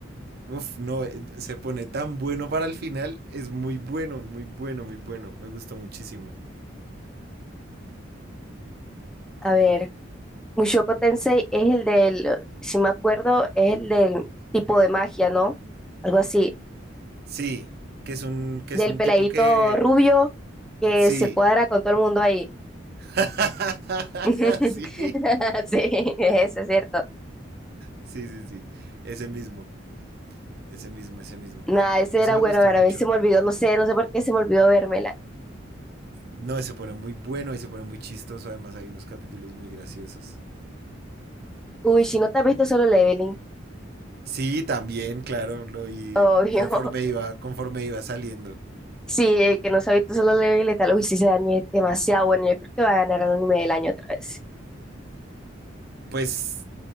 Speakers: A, on the right (about 50°); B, in the centre.
A: Uf, no, eh, se pone tan bueno para el final. Es muy bueno, muy bueno, muy bueno. Me gustó muchísimo.
B: A ver, Mushoku Tensei es el del, si me acuerdo, es el del tipo de magia, ¿no? Algo así.
A: Sí, que es un, que
B: Del
A: es un
B: peladito
A: tipo que...
B: rubio que
A: Sí.
B: se cuadra con todo el mundo ahí.
A: <laughs>
B: <laughs>
A: Sí.
B: Sí, eso es cierto.
A: Sí, sí, sí. Ese mismo, ese mismo, ese mismo.
B: Nada, ese
A: Ese
B: era
A: me
B: bueno,
A: gustó
B: a
A: mucho.
B: mí se me olvidó, no sé, no sé por qué se me olvidó vérmela.
A: No, se pone muy bueno y se pone muy chistoso. Además hay unos capítulos muy graciosos.
B: Uy, si no te has visto Solo Leveling,
A: Sí, también, claro, lo y
B: obvio.
A: conforme
B: <laughs>
A: iba, conforme iba saliendo.
B: Sí, el que no se ha visto Solo Leveling, tal vez sí se es demasiado bueno. Yo creo que va a ganar el anime del año otra vez.
A: Pues